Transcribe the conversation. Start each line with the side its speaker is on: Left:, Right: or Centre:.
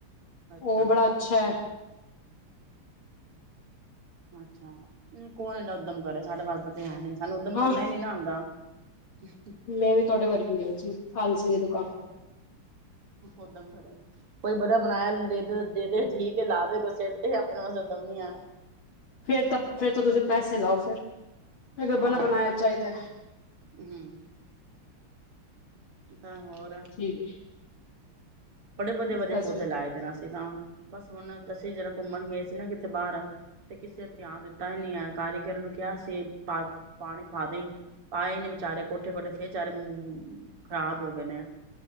Right: ਅੱਛਾ
Left: ਓ ਬੜਾ ਅੱਛਾ।
Right: ਅੱਛਾ, ਨਹੀਂ ਕੌਣ ਐਨਾ ਉੱਦਮ ਕਰੇ ਸਾਡੇ ਵਾਸਤੇ ਤਾਂ ਹੈ ਨੀ ਸਾਨੂੰ ਉੱਦਮ
Left: ਹਾਂ
Right: ਕਰਨਾ ਨੀ ਨਾ ਆਂਦਾ। <unintelligible>
Left: ਮੈਂ ਵੀ ਤੁਹਾਡੇ ਵਰਗੀ ਆ ਜੀ <unintelligible>
Right: <unintelligible> ਹੂੰ, ਉਦਮ ਕਰੇ ਕੋਈ ਬਣਾ ਬਣਾਇਆ ਦੇ ਦੇ ਦੇ ਦੇ ਠੀਕ ਏ ਲਾ ਦੇ ਕੋਈ ਸਿਰ ਤੇ ਆਪਣਾ ਚ ਤਾਂ ਦਮ ਨੀ ਆ।
Left: ਫੇਰ ਤਾਂ ਫਿਰ ਤਾਂ ਤੁਸੀਂ ਪੈਸੇ ਲਾਓ ਫਿਰ। ਅਗਰ
Right: ਹਾਂ
Left: ਬਣਾ ਬਣਾਇਆ ਚਾਹੀਦਾ।
Right: ਹੂੰ ਤਾਂ ਹੋਰ।
Left: ਠੀਕ।
Right: ਬੜੇ ਵਧੀਆ
Left: ਬਸ
Right: ਵਧੀਆ ਪੌਦੇ ਲਾਏ ਦੇ ਨੇ ਅਸੀਂ ਤਾਂ ਬਸ ਹੁਣ ਅਸੀਂ ਜਰਾ ਘੁੰਮਣ ਗਏ ਸੀ ਨਾ ਕਿਥੇ ਬਾਹਰ। ਤੇ ਕਿਸੇ ਨੇ ਧਿਆਨ ਦਿੱਤਾ ਈ ਨਈ ਆ ਕਾਰੀਗਰ ਨੂੰ ਕਿਹਾ ਸੀ ਪਾਣੀ ਪਾ ਦੀ ਪਾਏ ਨੀ ਵਿਚਾਰੇ ਕੋਠੇ ਕੋਠੇ ਫੇਰ ਵਿਚਾਰੇ ਖਰਾਬ ਹੋ ਗਏ ਨੇ।